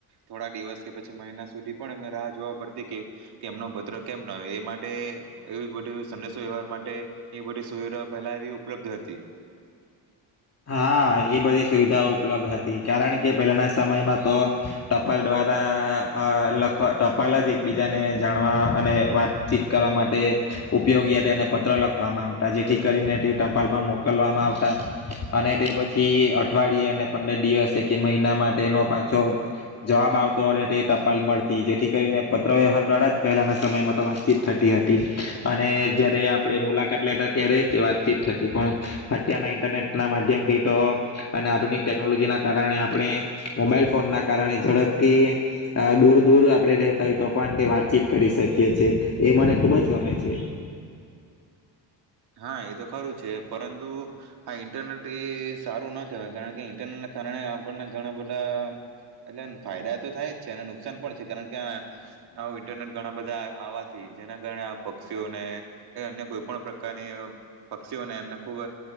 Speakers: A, on the right (about 60°); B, on the left (about 35°).
A: થોડા દિવસ કે પછી મહિના સુધી પણ એમને રાહ જોવા પડતી કે એમનો ભત્ર કેમ ના એ માટે એ બધું સંદેશ વ્યવહાર મા ટે એ બધી સુવિધા પહેલા ઉપલબ્ધ હતી.
B: હા એ બધી સુવિધાઓ ઉપલબ્ધ હતી કારણ કે પહેલાના સમયમાં તો ટપાલ દ્વારા અ લખ ટપાલ જ એકબીજાને જાણવા અને વાતચીત કરવા માટે ઉપયોગી અને પત્ર લખવામાં આવતા જેથી કરીને તે ટપાલમાં મોકલવામાં આવતા અને તે પછી અઠવાડિયે અને પંદર દિવસે કે મહિના માટેનો પાછો જવાબ આવતો અને તે ટપાલ મળતી જેથી કરીને પત્રવ્યવહાર દ્વારા જ પહેલાંના સમયમાં તો વાતચીત થતી હતી અને જ્યારે આપણે મુલાકાત લેતા ત્યારે જ વાતચીત થતી પણ અત્યારના ઇન્ટરનેટ ના માધ્યમથી તો અને આધુનિક ટેકનોલોજીના કારણે આપણે મોબાઈલ ફોન ના કારણે ઝડપથી અ દૂર દૂર આપણે રતા હોય તો પણ તે વાતચીત કરી શકીએ છ છે એ મને ખૂબ જ ગમે છે.
A: હા એ તો ખરું છે પરંતુ આ ઇન્ટરનેટ એ સારું ના કેવાય કારણ કે ઈન્ટરનેટને કારણે આપણને ઘણા બધા એટલે ફાયદા તો થાય જ છે અને નુકસાન પણ છે કારણ કે આ ઇન્ટરનેટ ઘણા બધા આવાથી જેના કારણે આ પક્ષીઓને અન્ય કોઈ પણ કાર્ય ની પક્ષીઓને એમને ખૂબ